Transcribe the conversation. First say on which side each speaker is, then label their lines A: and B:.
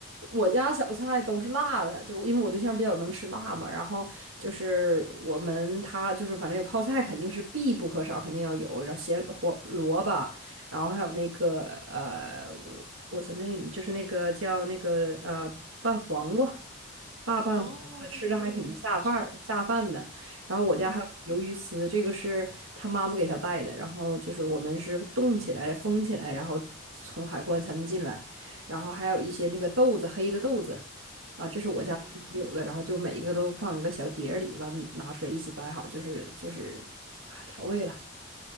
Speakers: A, on the right; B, on the right.
A: 我家小菜都是辣的，就因为我对象比较能吃辣嘛，然后就是我们他就是反正有泡菜肯定是必不可少，肯定要有，然后咸黄萝卜，然后还有那个呃，what's the name，就是那个叫那个呃拌黄瓜，辣拌黄瓜吃着还挺下饭儿下饭的。
B: 哦，对对对，那个也好吃。
A: 然后我家还有鱿鱼丝，
B: 嗯
A: 这个是他妈妈给他带的，然后就是我们是冻起来封起来，然后从海关才能进来。然后还有一些那个豆子，黑的豆子，啊，这是我家经常有的，
B: 嗯嗯，
A: 然后就每一个都放一个小碟儿里，完拿出来一起摆好，就是就是啊调味了。